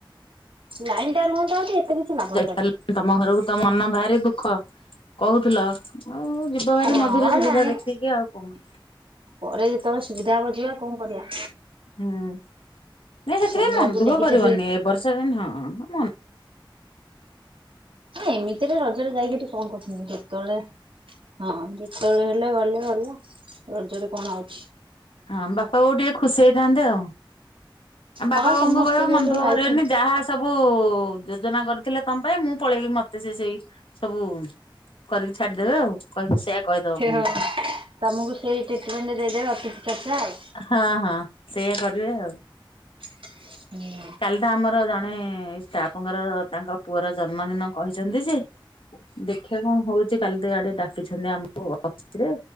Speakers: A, on the right (about 80°); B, on the left (about 85°).
A: ଲାଇନ ଟା ରୁହନ୍ତା ଅଦି ଏତେ କିଛି ଲାଗନ୍ତାନି
B: <unintelligible> ତମ ଘରକୁ ତ ମନ ଭାରି ଦୁଃଖ କହୁଥିଲ ଆଉ ମୁଁ ଯି ଯିବ ଭାରି
A: ହଁ
B: ମଝିରେ ସୁବିଧା
A: ନାଇଁ
B: ଦେଖିକି ଆଉ କଣ
A: ପରେ ଯେତେବେଳେ ସୁବିଧା ହବ ଯିବା କଣ କରିବା।
B: ହୁଁ ନାଇ ସେଥିପାଇଁ
A: ସମୟକୁ
B: ମନ ଦୁଃଖ
A: ନେଇକି
B: କରିବନି
A: ଚାଲିଲେ
B: ଏ ବର୍ଷ <unintelligible> ହଁ।
A: ଏମିତିରେ ରଜରେ ଯାଇକି ଏଠି କଣ କରିଥାନ୍ତ ଯେତେବେଳେ ହଁ ଯେତେବେଳେ ହେଲେ ଗଲେ ଗଲା ରଜରେ କଣ ହଉଛି
B: ହଁ ବାପା ବଉ ଟିକେ ଖୁସି ହେଇଥାନ୍ତେ ଆଉ। ଆ ବାପା
A: ହଁ
B: ବୋଉଙ୍କୁ
A: ସମସ୍ତେ
B: କହିବ
A: ଯୋଉ
B: ମନଦୁଖ
A: ଆଇଛନ୍ତି
B: କରିବେନି ଯାହା ଆ ସବୁ ଯୋଜନା କରିଥିଲେ ତମ ପାଇଁ ମୁଁ ପଳେଇବି ମତେ ସେ ସେଇ ସବୁ କରିକି ଛାଡିଦେବେ ଆଉ କ ସେଇୟା କହିଦବ
A: ହେ
B: ବୋଉଙ୍କୁ।
A: ହ ତମକୁ ସେଇ ଟ୍ରିଟମେଣ୍ଟ ଦେଇଦେବେ ଅତିଥି ଚର୍ଚ୍ଚା ଆଉ।
B: ହଁ ହଁ ସେଇଆା କରିବେ ଆଉ।
A: <inaudible>
B: କାଲି ତ ଆମର ଜଣେ ଷ୍ଟାପଙ୍କର ତାଙ୍କ ପୁଅର ଜନ୍ମଦିନ କହିଛନ୍ତି ଯେ ଦେଖିଆ କଣ ହଉଚି କାଲି ତ ଆଡେ ଡାକିଛନ୍ତି ଆମକୁ ଅଫିସରେ।